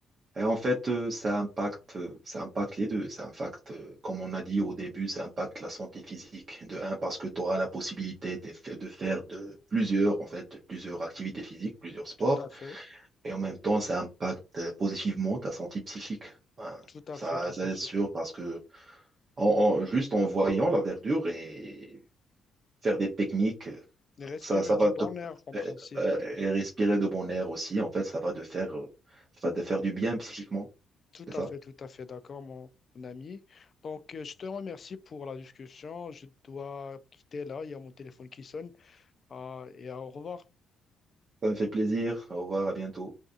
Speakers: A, on the right (about 40°); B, on the left (about 45°).
A: Et en fait, euh, ça impacte, euh, ça impacte les deux. Ça impacte, euh, comme on a dit au début, ça impacte la santé physique. De un, parce que tu auras la possibilité de, fa- de faire de plusieurs, en fait, de plusieurs activités physiques, plusieurs sports.
B: tout à fait,
A: Et en même temps, ça impacte euh, positivement ta santé psychique. Hein.
B: tout à
A: Ça,
B: fait, tout
A: ça
B: à
A: c'est
B: fait.
A: sûr, parce que en, en- juste en voyant la verdure et faire des techniques
B: Et respirer
A: Ça, ça
B: du
A: va
B: bon
A: te,
B: air en principe,
A: euh,
B: oui.
A: et respirer de bon air aussi, en fait, ça va te faire, euh, ça va te faire du bien psychiquement,
B: Tout
A: c'est
B: à
A: ça?
B: fait, tout à fait d'accord, mon mon ami. Donc, euh, je te remercie pour la discussion. Je dois quitter là, il y a mon téléphone qui sonne. Ah, et au revoir.
A: Ça me fait plaisir. Au revoir, à bientôt.